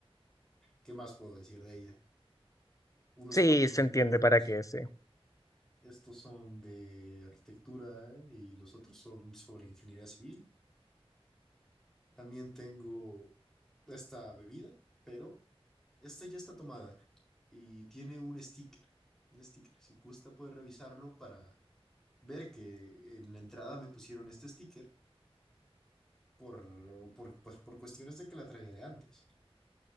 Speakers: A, in the centre; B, on the left.
A: ¿Qué más puedo decir de ella? unos
B: Sí,
A: cuantos
B: se entiende
A: libros.
B: para qué ese.
A: Estos son de arquitectura y los otros son sobre ingeniería civil. También tengo esta bebida, pero esta ya está tomada y tiene un sticker. Un sticker. Si gusta, puede revisarlo para ver que en la entrada me pusieron este sticker por, por, pues, por cuestiones de que la traía de antes.